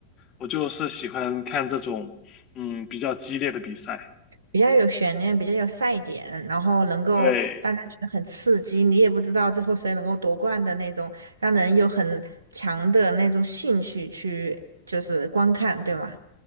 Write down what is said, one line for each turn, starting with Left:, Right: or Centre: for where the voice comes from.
Left: 我就是喜欢看这种嗯比较激烈的比赛。
Right: 比较有悬念，比较有赛点，然后能够大家觉得很刺激，
Left: 对。
Right: 你也不知道最后谁能够夺冠的那种，让人有很强的那种兴趣去就是观看，对吗？